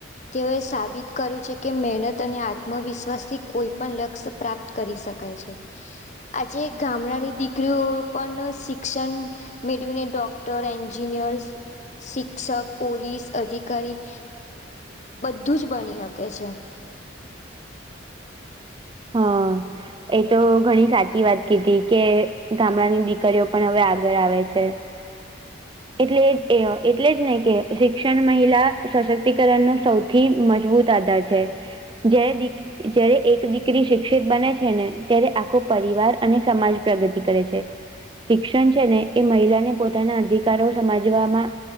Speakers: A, on the left (about 40°); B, on the right (about 25°).
A: તેઓએ સાબિત કર્યું છે કે મહેનત અને આત્મવિશ્વાસથી કોઈપણ લક્ષ્ય પ્રાપ્ત કરી શકાય છે આજે ગામડાની દીકરીઓ પણ શિક્ષણ મેળવીને ડોક્ટર એન્જિનિયર્સ. શિક્ષક પોલીસ અધિકારી. બધું જ બની શકે છે.
B: હા. એ તો ઘણી સાચી વાત કીધી કે ગામડાની દીકરીઓ પણ હવે આગળ આવે છે. એટલે એટલે જ ને કે શિક્ષણ મહિલા સશક્તિકરણ ન સૌથી. થી મજબૂત આધાર છે જે. જારે એક દીકરી શિક્ષિત બને છે ને ત્યારે આખો પરિવાર અને સમાજ પ્રગતિ કરે છે. શિક્ષણ છે ને એ મહિલાને પોતાના અધિક કારો સમજવામાં